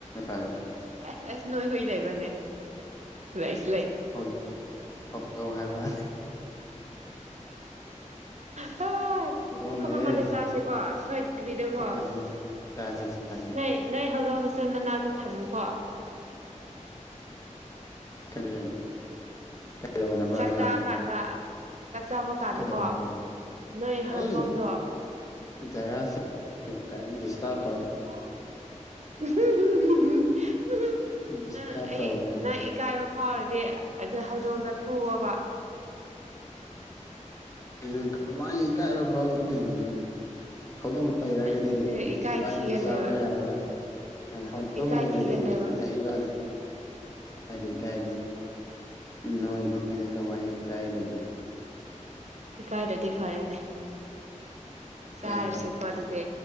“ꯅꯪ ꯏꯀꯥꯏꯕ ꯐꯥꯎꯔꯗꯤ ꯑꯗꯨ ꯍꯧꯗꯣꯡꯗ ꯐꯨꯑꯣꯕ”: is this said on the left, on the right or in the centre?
Right